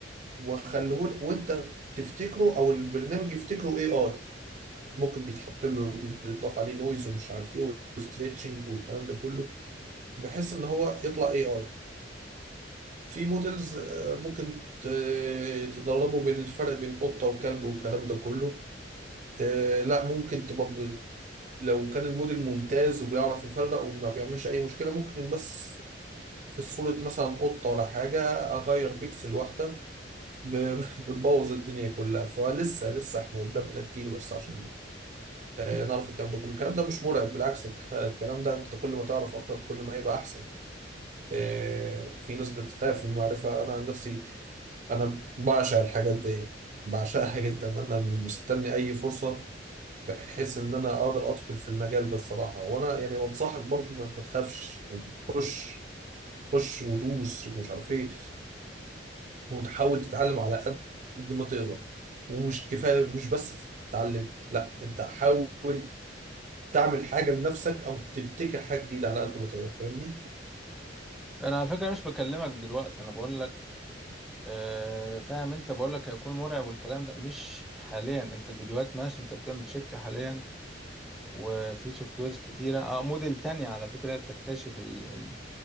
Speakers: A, on the right; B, in the centre.
A: واخليه لك وانت تفتكره او البرنامج يفتكره اي اي ممكن بيتحط له بيت- بيتضاف عليه نويز ومش عارف ايه وستريتشنج والكلام ده كله بحيث ان هو يطلع اي اي في موديلز ممكن ت- تدربه بالفرق بين قطه وكلب والكلام ده كله آه، لا ممكن تبقى لو كان الموديل ممتاز وبيعرف يفرق وما بيعملش اي مشكله ممكن بس في صورة مثلا قطة ولا حاجة أغير بيكسل واحدة ب- <laughs> بتبوظ الدنيا كلها فلسه لسه احنا قدامنا كتير بس عشان آه، نعرف الكلام ده كله الكلام ده مش مرعب بالعكس الك- الكلام ده انت كل ما تعرف أكتر كل ما هيبقى أحسن آه، في ناس بتخاف من المعرفة أنا عن نفسي أنا بعشق الحاجات دي بعشقها جدا أنا مستني أي فرصة بحيث إن أنا أقدر أدخل في المجال ده الصراحة وأنا يعني بنصحك برضو ما ما تخافش يعني خش خش ودوس ومش عارف إيه وتحاول تتعلم على قد ما تقدر ومش كفاية مش بس تتعلم لا انت حاول تعمل حاجة لنفسك او تبتكر حاجة جديدة على قد ما تقدر فاهمني؟
B: انا على فكرة مش بكلمك دلوقتي انا بقول لك آه فاهم انت بقول لك هيكون مرعب والكلام ده مش حاليا انت الفيديوهات ماشي انت بتعمل شركة حاليا وفي سوفت ويرز كتيرة اه موديل تانية على فكرة بتكتشف ال ال